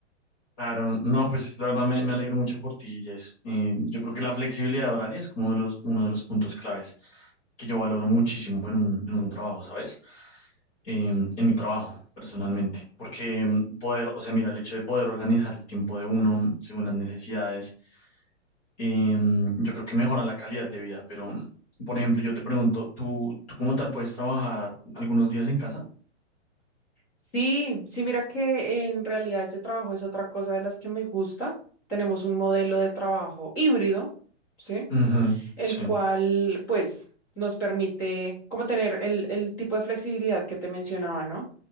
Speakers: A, on the left; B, on the left.
A: Claro, no, pues la verdad me, me alegro mucho por ti, Jess. Eh, yo creo que la flexibilidad horaria es como de los, uno de los puntos claves que yo valoro muchísimo en un, en un trabajo, ¿sabes? em, en mi trabajo personalmente, porque em, poder, o sea, mira, el hecho de poder organizar el tiempo de uno según las necesidades, em, yo creo que mejora la calidad de vida, pero, por ejemplo, yo te pregunto, ¿tú, tú como tal puedes trabajar algunos días en casa?
B: Sí, sí, mira que en realidad este trabajo es otra cosa de las que me gusta. Tenemos un modelo de trabajo híbrido, ¿sí?
A: Ujú,
B: el
A: Sí,
B: cual pues nos permite como tener el, el tipo de flexibilidad que te mencionaba, ¿no?